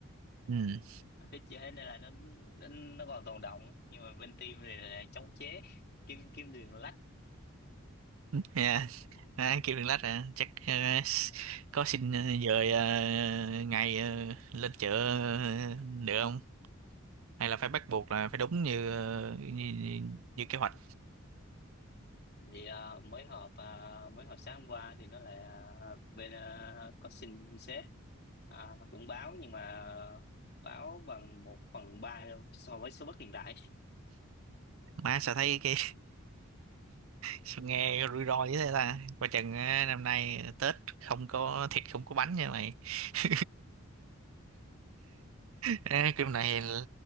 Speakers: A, on the right; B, on the left.
A: ừ.
B: hít chưa hết nên là nó nó nó còn tồn đọng nhưng mà bên team thì là chống chế kim kim đường lách
A: Yeah. À, kêu đừng lách à, chắc ờ, s- có xin ờ, dời ờ, ngày ờ, lên chợ ờ, được không? Hay là phải bắt buộc là phải đúng như ờ, như, như, như kế hoạch.
B: thì ờ, mới họp ờ, mới họp sáng hôm qua thì nó lại ờ, bên ờ, có xin sếp ờ, cũng báo nhưng mà báo bằng một phần ba đâu so với số bất hiện tại
A: Má sao thấy cái Sao nghe rủi ro như thế ta Coi chừng á, năm nay Tết không có thịt không có bánh nha mày <laughs> à, cái này là-